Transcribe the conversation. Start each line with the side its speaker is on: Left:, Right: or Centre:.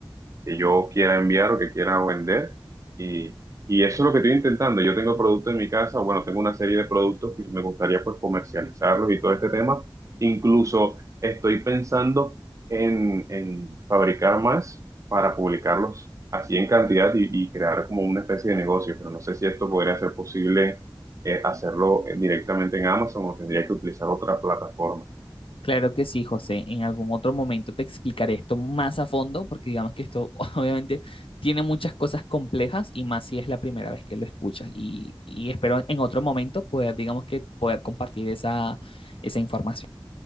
Right: que yo quiera enviar o que quiera vender. Y, y eso es lo que estoy intentando. Yo tengo productos en mi casa, bueno, tengo una serie de productos que me gustaría pues comercializarlos y todo este tema. Incluso estoy pensando en, en fabricar más para publicarlos así en cantidad y, y crear como una especie de negocio, pero no sé si esto podría ser posible eh, hacerlo eh, directamente en Amazon o tendría que utilizar otra plataforma.
Left: Claro que sí, José. En algún otro momento te explicaré esto más a fondo, porque digamos que esto <laughs> obviamente tiene muchas cosas complejas y más si es la primera vez que lo escuchas. Y, y espero en otro momento poder, digamos que, poder compartir esa, esa información.